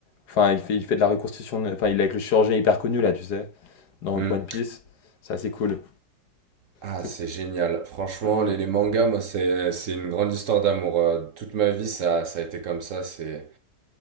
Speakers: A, on the left; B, on the right.
A: Enfin, il fait, il fait de la reconstitution. Enfin, il est avec le chirurgien hyper connu, là, tu sais, dans
B: Hmm.
A: One Piece. C'est assez cool.
B: Ah,
A: C'est
B: c'est génial. Franchement,
A: Mhm.
B: les, les mangas, moi, c'est, c'est une grande histoire d'amour. Euh, Toute ma vie, ça, ça a été comme ça. C'est,